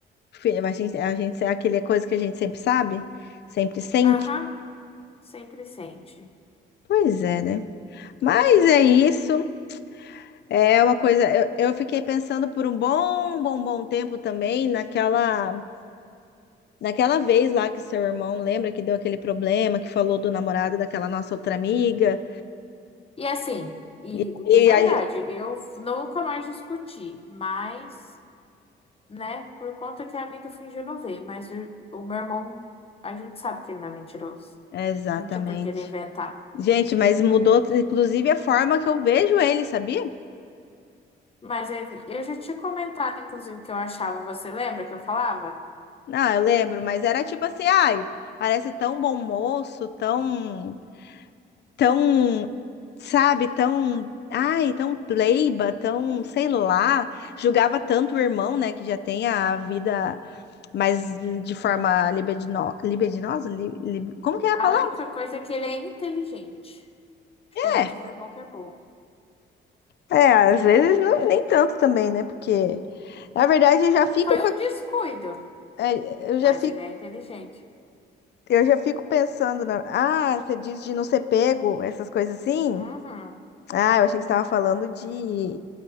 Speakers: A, on the left; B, on the left.
A: filha, mas a gente, a gente, é aquele é coisa que a gente sempre sabe, sempre sente.
B: Aham, sempre sente.
A: Pois é, né? Mas é isso. É uma coisa. Eu, eu fiquei pensando por um bom, bom, bom tempo também naquela, naquela vez lá que seu irmão lembra que deu aquele problema, que falou do namorado daquela nossa outra amiga.
B: E assim, e
A: E,
B: de verdade,
A: e a ge-
B: eu f- nunca mais discuti, mas, né, por conta que a amiga fingiu não ver, mas o, o meu irmão, a gente sabe que ele não é mentiroso.
A: Exatamente.
B: Não tinha por que ele inventar.
A: Gente, mas mudou, inclusive, a forma que eu vejo ele, sabia?
B: Mas é- eu já tinha comentado, inclusive, que eu achava, você lembra que eu falava?
A: Não, eu lembro, mas era tipo assim, ai, parece tão bom moço, tão, tão, sabe, tão, ai, tão pleiba, tão, sei lá, julgava tanto o irmão, né, que já tem a vida mais de forma libidino, libidinosa, Li- li- como que é
B: A
A: a palavra?
B: única coisa é que ele é inteligente, diferente
A: É,
B: do irmão que é burro.
A: é, às vezes não, nem tanto também, né? Porque, na verdade, eu já fico
B: Foi
A: com,
B: um
A: a-
B: descuido,
A: é, eu já
B: mas
A: fico,
B: ele é inteligente.
A: eu já fico pensando na, ah, você diz de não ser pego, essas coisas assim.
B: Uhum.
A: Ah, eu achei que você estava falando de,